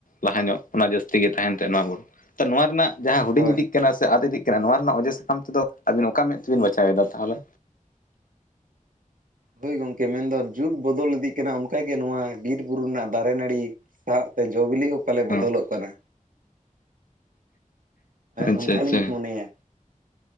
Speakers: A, on the left; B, on the right.
A: ᱞᱟᱦᱟ ᱧᱚᱜ ᱚᱱᱟ ᱡᱟᱹᱥᱛᱤ ᱜᱮ ᱛᱟᱦᱮᱱ ᱛᱟᱦᱮᱸ ᱱᱚᱣᱟ ᱵᱚᱱ, ᱛᱚ ᱱᱚᱣᱟ ᱨᱮᱱᱟᱜ, ᱡᱟᱦᱟᱸ ᱦᱩᱰᱤᱧ
B: ᱦᱳᱭ
A: ᱤᱫᱤᱜ ᱥᱮ ᱟᱫ ᱤᱫᱤᱜ ᱠᱟᱱᱟ ᱱᱚᱣᱟ ᱨᱮᱱᱟᱜ ᱚᱡᱮ ᱥᱟᱠᱟᱢ ᱛᱚ ᱟᱵᱤᱱ ᱚᱠᱟ ᱢᱮᱫ ᱛᱮᱵᱤᱱ ᱵᱟᱪᱷᱟ ᱮᱫᱟ ᱛᱟᱦᱚᱞᱮ,
B: ᱦᱳᱭ ᱜᱚᱢᱠᱮ ᱢᱮᱱᱫᱚ ᱡᱩᱜᱽ ᱵᱚᱫᱚᱞ ᱤᱫᱤᱜ ᱠᱟᱱᱟ ᱚᱱᱠᱟᱜᱮ ᱱᱚᱣᱟ ᱵᱤᱨ ᱵᱩᱨᱩ ᱨᱮᱱᱟᱜ ᱫᱟᱨᱮ ᱱᱟᱹᱲᱤ, ᱥᱟᱶᱛᱮ ᱡᱚᱼ ᱵᱤᱞᱤ ᱦᱚᱸ ᱯᱟᱞᱮ
A: ᱦᱮᱸ
B: ᱵᱚᱫᱚᱞᱚᱜ ᱠᱟᱱᱟ,
A: ᱟᱪᱪᱷᱟ
B: ᱚᱱᱠᱟᱞᱤᱧ
A: ᱟᱪᱪᱷᱟ
B: ᱢᱚᱱᱮᱭᱟ,